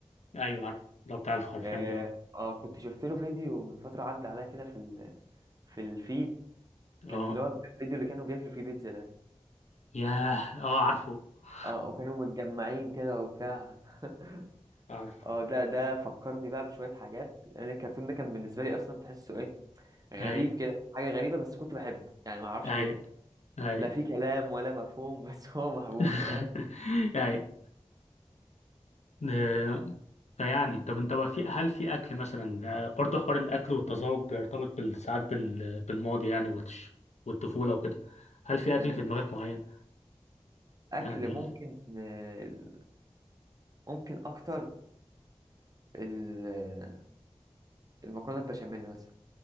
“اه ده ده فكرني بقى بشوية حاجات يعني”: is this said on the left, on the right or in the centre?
Right